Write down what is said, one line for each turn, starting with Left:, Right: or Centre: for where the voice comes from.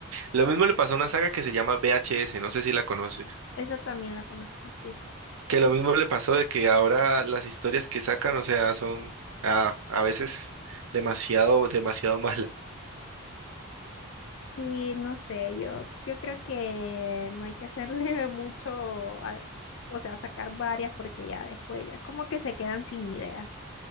Right: Lo mismo le pasó a una saga que se llama VHS, no sé si la conoces.
Left: Esa también la conozco, sí.
Right: Que lo mismo le pasó de que ahora las historias que sacan, o sea, son a, a veces demasiado, demasiado <laughs> malas.
Left: Sí, no sé, yo, yo creo que no hay que hacerle <laughs> mucho, al- o sea, sacar varias porque ya después ya como que se quedan sin ideas.